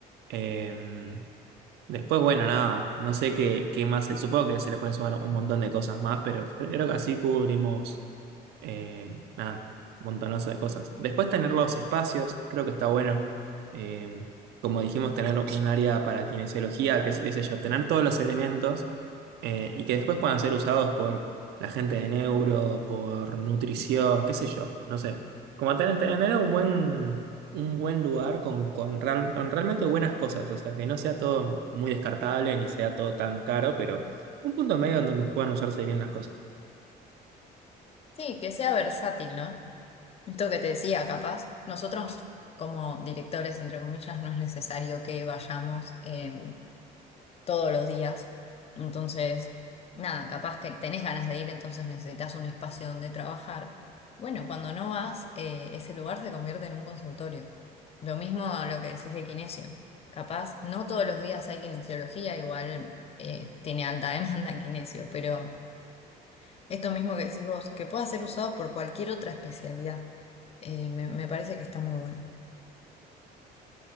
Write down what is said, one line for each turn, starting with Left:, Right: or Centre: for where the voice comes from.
Right: Em, después, bueno, nada, no sé qué, qué más, supongo que se le pueden sumar un montón de cosas más, pero creo que así cubrimos, eh, nada, un montonazo de cosas. Después tener los espacios, creo que está bueno. Em, como dijimos, tener un área para kinesiología, qué, sé qué sé yo, tener todos los elementos eh, y que después puedan ser usados por la gente de neuro, por nutrición, qué sé yo, no sé. Como ten- tener un buen, un buen lugar con, con, real- con realmente buenas cosas, o sea, que no sea todo muy descartable ni sea todo tan caro, pero un punto medio en donde puedan usarse bien las cosas.
Left: Sí, que sea versátil, ¿no? Esto que te decía, capaz, nosotros como directores, entre comillas, no es necesario que vayamos. eh, todos los días. Entonces, nada, capaz que tenés ganas de ir, entonces necesitas un espacio donde trabajar. Bueno, cuando no vas, eh, ese lugar se convierte en un consultorio. Lo mismo a lo que decís de kinesio. Capaz, no todos los días hay kinesiología, igual eh, tiene alta <laughs> demanda kinesio, pero esto mismo que decís vos, que pueda ser usado por cualquier otra especialidad, eh, me, me parece que está muy bueno.